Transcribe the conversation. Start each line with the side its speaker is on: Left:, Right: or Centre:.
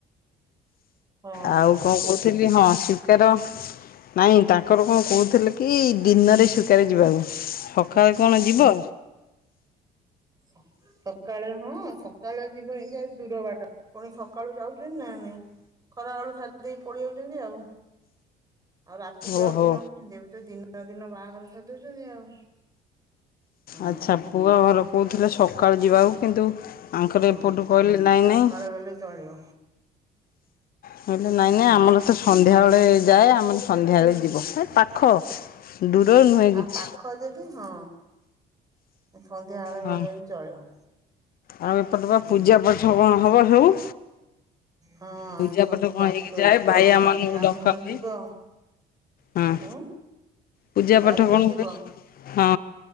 Right: ହଁ
Left: ଆଉ କଣ
Right: ସେଠି
Left: କୋହୁଥିଲି ହଁ ସ୍ବିକାର ନାଇଁ ତାଙ୍କର କଣ କୋହୁଥିଲେ କି ଦିନରେ ସ୍ବିକାର ଯିବାକୁ। ସ ଖାଳେ କଣ ଯିବ?
Right: ସ-ସକାଳେ ହଁ ସକାଳେ ଯିବ ଏଇ ଯାହାର ଦୂର ବାଟ। ପୁଣି ସକାଳୁ ଯାଉଚନ୍ତି ନା ନାଇଁ ଖରା ବେଳୁ ସାରି ଦେଇକି ପଳେଇ ଆଉଚନ୍ତି ଆଉ। ଆଉ ରାତିକି
Left: ଓହୋ
Right: ଆଉ କାଇଁ ରଖୁଚନ୍ତି ଏବେ ତ ଦିନ <unintelligible> ଦିନ ବାହାଘର ସାରି ଦୋଉଚନ୍ତି ଆଉ। ହୁଁ।
Left: ଆଚ୍ଛା ପୁଅ ଘର କୋହୁଥିଲେ ସକାଳୁ ଯିବାକୁ କିନ୍ତୁ ଆଙ୍କର
Right: ହୁଁ
Left: ଏପଟୁ କହିଲେ ନାଇଁ
Right: ସକାଳେ
Left: ନାଇଁ
Right: ଗଲେ ଚଳିବ।
Left: ବୋଇଲେ ନାଇଁ
Right: ହୁଁ।
Left: ନାଇଁ ଆମର ତ ସନ୍ଧ୍ୟାବେଳେ ଯାଏ ଆମର ସନ୍ଧ୍ୟାବେଳେ ଯିବ ଏ ପାଖ ଦୂର ନୁହେଁ କିଛି
Right: ଆଉ ପାଖ ଯଦି ହଁ। ସନ୍ଧ୍ୟା ବେଳେ
Left: ହଁ
Right: ଗଲେ ବି ଚଳିବ
Left: ଆଉ ଏପଟେ ବା
Right: ହଁ।
Left: ପୂଜା ପାଠ କଣ ହବ ସବୁ।
Right: ହଁ
Left: ପୂଜା
Right: ସବୁ
Left: ପାଠ କଣ
Right: ବାରିକ
Left: ହେଇକି ଯାଏ
Right: ଯିବ
Left: ଭାଇଆ
Right: ବା-ବ୍ରାହ୍ମଣ
Left: ମାନଙ୍କୁ ଡକା ହୁଏ
Right: ଯିବ।
Left: ହଁ
Right: ଉଁ
Left: ପୂଜା ପାଠ
Right: ବାରିକ
Left: କଣ
Right: ଯିବ।
Left: ହୁଏ ହଁ